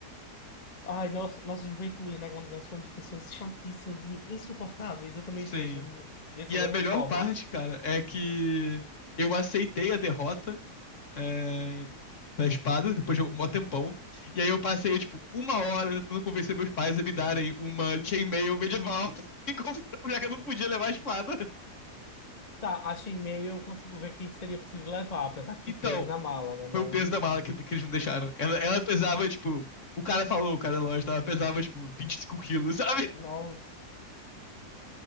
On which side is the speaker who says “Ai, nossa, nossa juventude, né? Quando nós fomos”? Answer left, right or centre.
Left